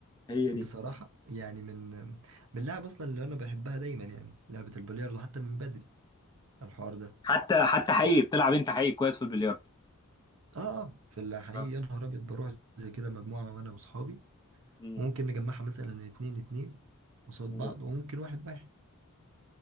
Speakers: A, on the left; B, on the right.
A: هي دي
B: بصراحة يعني من من اللعب اصلا اللي انا بحبها دايما يعني لعبة البلياردو حتى من بدري الحوار ده
A: حتى حتى حقيقي بتلعب انت حقيقي كويس في البلياردو
B: اه اه في الحقيقة
A: آه.
B: يا نهار ابيض بروح زي كده مجموعة وانا واصحابي
A: مم.
B: وممكن نجمعها مثلا اتنين اتنين قصاد
A: مم.
B: بعض وممكن واحد واحد